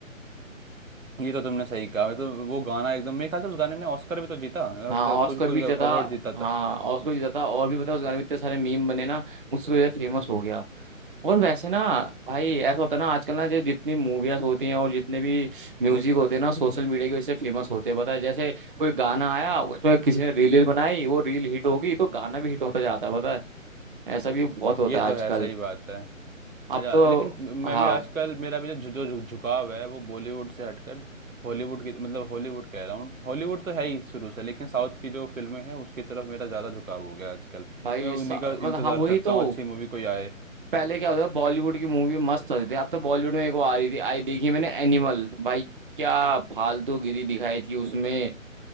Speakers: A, on the right; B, on the right.
A: ये तो तुमने सही कहा तो वो गाना एकदम मेरे ख्याल से उस गाने ने ऑस्कर भी तो जीता मतलब
B: हाँ ऑस्कर
A: कोई कोई
B: भी ज्यादा
A: अवार्ड जीता
B: हाँ
A: था
B: ऑस्कर भी ज्यादा और भी पता है उस गाने में इतने सारे मीम बने ना उस वजह से फेमस हो गया और वैसे ना भाई ऐसा होता है ना आजकल ना जो जितनी मूवीज होती हैं और जितने भी म्यूजिक होते हैं ना सोशल मीडिया की वजह से फेमस होते हैं पता है जैसे कोई गाना आया उसमें किसी ने रील बनाई वो रील हिट होगी तो गाना भी हिट होता जाता है पता है ऐसा भी बहुत होता
A: ये तो
B: है आजकल
A: है सही बात है
B: अब
A: मजा
B: तो
A: लेकिन मैं
B: हाँ
A: भी आजकल मेरा भी जो जो जो झुकाव है वो बॉलीवुड से हटकर हॉलीवुड की मतलब हॉलीवुड कह रहा हूँ हॉलीवुड तो है ही शुरू से लेकिन साउथ की जो फिल्में हैं उसकी तरफ मेरा ज़्यादा झुकाव हो गया आजकल
B: भाई
A: मैं उन्हीं
B: सा-
A: का
B: मतलब
A: इंतज़ार
B: हाँ वही
A: करता
B: तो
A: हूँ अच्छी मूवी कोई आए
B: पहले क्या होता था बॉलीवुड की मूवी मस्त होती थी अब तो बॉलीवुड में एक वो आ रही थी आई देखी मैंने एनिमल भाई क्या फालतू गिरी दिखाई थी उसमें